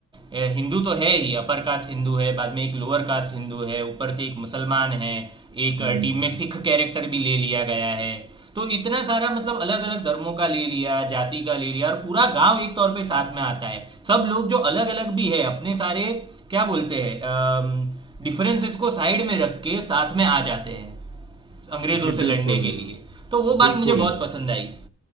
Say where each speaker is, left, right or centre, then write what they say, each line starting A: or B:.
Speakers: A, on the right; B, on the right.
A: ए, हिंदू तो है ही अपर कास्ट हिंदू है बाद में एक लोअर कास्ट हिंदू है ऊपर से एक मुसलमान है एक
B: हम्म
A: अ, टीम में सिख कैरेक्टर भी ले लिया गया है तो इतना सारा मतलब अलग अलग धर्मों का ले लिया जाति का ले लिया और पूरा गांव एक तौर पे साथ में आता है सब लोग जो अलग अलग भी है अपने सारे क्या बोलते हैं डिफरेंसेस को साइड में रख के साथ में आ जाते हैं अंग्रेजों
B: जी
A: से
B: बिल्कुल
A: लड़ने के लिए तो वो बात
B: बिल्कुल
A: मुझे बहुत पसंद आई